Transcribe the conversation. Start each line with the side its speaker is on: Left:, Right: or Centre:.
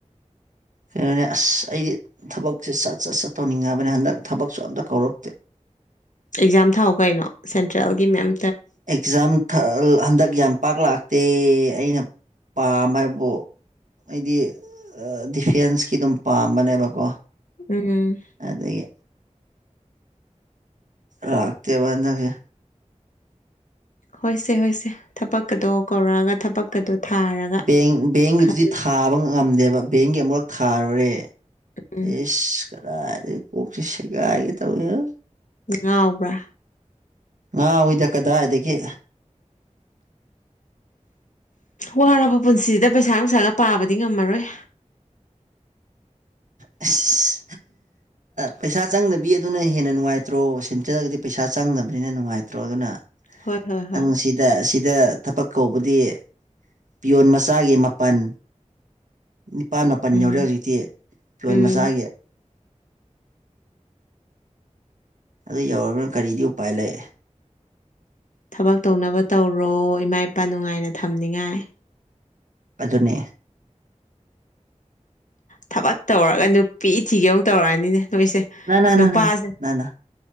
Right: ꯀꯩꯅꯣꯅꯤ ꯑꯁ ꯑꯩꯗꯤ ꯊꯕꯛꯁꯦ ꯁꯠ ꯁꯠ ꯁꯠ ꯇꯧꯅꯤꯡꯉꯕꯅꯤ ꯍꯟꯗꯛ ꯊꯕꯛꯁꯨ ꯑꯝꯇ ꯀꯧꯔꯛꯇꯦ
Left: ꯑꯦꯛꯖꯥꯝ ꯊꯥꯎ ꯀꯩꯅꯣ ꯁꯦꯟꯇ꯭ꯔꯦꯜꯒꯤ ꯃꯌꯥꯝ
Right: ꯑꯦꯛꯖꯥꯝ ꯍꯟꯗꯛ ꯌꯥꯝ ꯄꯥꯛ ꯂꯥꯛꯇꯦ ꯑꯩꯅ ꯄꯥꯝꯕ ꯍꯥꯏꯕꯨ ꯑꯩꯗꯤ ꯗꯤꯐꯦꯟꯁꯀꯤ ꯑꯗꯨꯝ ꯄꯥꯝꯕꯅꯦꯕꯀꯣ
Left: ꯎꯝ
Right: ꯑꯗꯥꯒꯤ ꯂꯥꯛꯇꯦꯕ ꯍꯟꯗꯛꯁꯦ
Left: ꯍꯣꯏꯁꯦ ꯍꯣꯏꯁꯦ ꯊꯕꯛꯀꯗꯣ ꯀꯧꯔꯛꯑꯒ ꯊꯕꯛꯀꯗꯣ ꯊꯥꯔꯒ
Right: ꯕꯦꯡ ꯕꯦꯡꯒꯤꯗꯨꯗꯤ
Left: ꯈꯜ
Right: ꯊꯥꯕ ꯉꯝꯗꯦꯕ ꯕꯦꯡꯒꯤ ꯑꯃꯨꯛꯂꯛ ꯊꯥꯔꯨꯔꯦ
Left: ꯎꯝ
Right: ꯏꯁ ꯀꯗꯥꯢꯗꯩ ꯀꯣꯛꯁꯦ ꯁꯦꯒꯥꯢꯒꯦ ꯇꯧꯋꯤꯍꯦ
Left: ꯉꯥꯎꯕ꯭ꯔꯥ
Right: ꯉꯥꯎꯏꯗ ꯀꯗꯥꯏꯗꯒꯤ
Left: ꯋꯥꯔꯕ ꯄꯨꯟꯁꯤꯗ ꯄꯩꯁꯥ ꯅꯨꯡꯁꯥꯒ ꯄꯥꯕꯗꯤ ꯉꯝꯃꯔꯣꯏ
Right: <unintelligible> ꯄꯩꯁꯥ ꯆꯪꯗꯕꯤ ꯑꯗꯨꯅ ꯍꯦꯟꯅ ꯅꯨꯡꯉꯥꯏꯇ꯭ꯔꯣ ꯁꯦꯟꯇꯔꯒꯗꯤ ꯄꯩꯁꯥ ꯆꯪꯗꯕꯅꯤꯅ ꯅꯨꯡꯉꯥꯏꯇ꯭ꯔꯣ ꯑꯗꯨꯅ
Left: ꯍꯣꯏ ꯍꯣꯏ ꯍꯣꯏ
Right: ꯅꯪ ꯁꯤꯗ ꯁꯤꯗ ꯊꯕꯛ ꯀꯧꯕꯗꯤ ꯄꯤꯌꯣꯟ ꯃꯆꯥꯒꯤ ꯃꯥꯄꯜ ꯅꯤꯄꯥꯜ ꯃꯥꯄꯜ
Left: ꯎꯝ
Right: ꯌꯧꯔꯑꯦ ꯍꯧꯖꯤꯛꯇꯤ ꯐꯤꯌꫭꯟ
Left: ꯎꯝ
Right: ꯃꯆꯥꯒꯤ ꯑꯗꯨ ꯌꯧꯔꯕꯅ ꯀꯔꯤꯗꯤ ꯎꯄꯥꯏ ꯂꯩꯑꯦ
Left: ꯊꯕꯛ ꯇꯧꯅꯕ ꯇꯧꯔꯣ ꯏꯃꯥ ꯏꯄꯥ ꯅꯨꯡꯉꯥꯏꯅ ꯊꯝꯅꯤꯡꯉꯥꯏ
Right: ꯑꯗꯨꯅꯦ
Left: ꯊꯕꯛ ꯇꯧꯔꯒ ꯅꯨꯄꯤ ꯊꯤꯒ ꯑꯃꯨꯛ ꯇꯧꯔꯛꯑꯅꯤꯅꯦ ꯅꯣꯏꯁꯦ
Right: ꯅ ꯅ
Left: ꯅꯨꯄꯥꯁꯦ
Right: ꯅ ꯅ ꯅ ꯅ